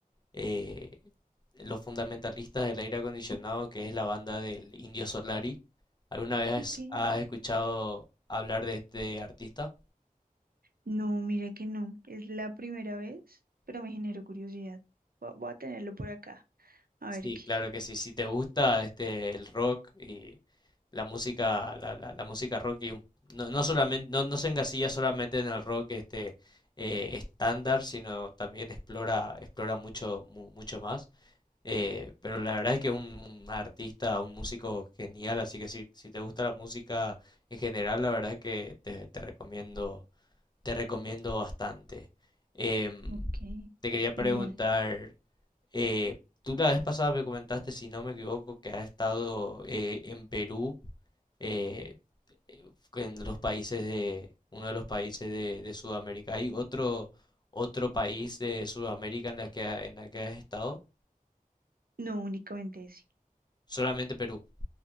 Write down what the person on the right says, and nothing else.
Ok.
No, mira que no. Es la primera vez, pero me generó curiosidad. Va- Voy a tenerlo por acá. A
ver qué.
Ok.
Genial.
No, únicamente ese.